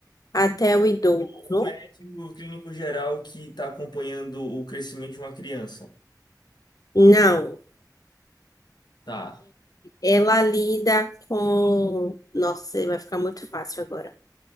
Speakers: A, on the left; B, on the left.
A: até
B: é,
A: o idoso.
B: o o médico clínico geral que está acompanhando o crescimento de uma criança.
A: Não,
B: Tá.
A: ela lida com. Nossa, vai ficar muito fácil agora.